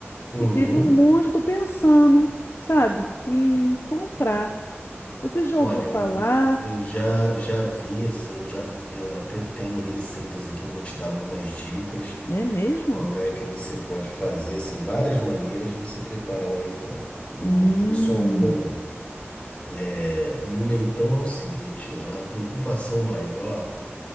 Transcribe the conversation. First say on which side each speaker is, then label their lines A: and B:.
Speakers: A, on the left (about 25°); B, on the left (about 60°).
A: Uhum.
B: e teve um monte, eu tô pensando, sabe, em comprar. Você já
A: Olha,
B: ouviu falar?
A: eu, eu já, já vi, assim, eu já, eu até tenho receitas aqui, eu vou te dar algumas dicas.
B: É mesmo?
A: Como é que você pode fazer assim, várias maneiras de você preparar o leitão. Não
B: Hum,
A: tem só uma, não. É, e o leitão é o seguinte, a preocupação maior